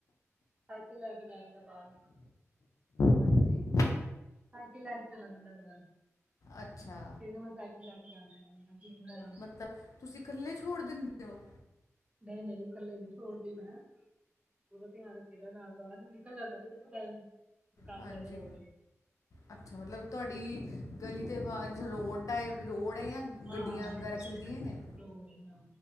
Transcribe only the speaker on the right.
ਸਾਈਕਲ ਲੈ ਕੇ ਬਹਿ ਜਾਦਾ ਬਾਰ
ਸਾਈਕਲ ਲੈ ਕੇ ਚਲਾ ਜਾਂਦਾ ਬਾਰ
ਫੇਰ ਮੈਂ ਸਾਈਕਲ ਲੈਕੇ ਜਾਣੀ ਆ ਅੰਦਰ ਹੂੰ ਹਾਂ।
ਨਈ ਨਈ, ਕੱਲੇ ਨੀ ਛੋੜਦੀ ਮੈਂ ਪੂਰਾ ਧਿਆਨ ਰੱਖੀਦਾ ਨਾਲ-ਨਾਲ ਨਿਕਲ ਜਾਂਦਾ ਨਾ ਜਿਸ ਟੈਮ ਕੰਮ
ਕਰਦੇ ਹੋਏ
ਹਾਂ-ਹਾਂ
ਲੋੜ
ਲੋੜ ਹਾਂ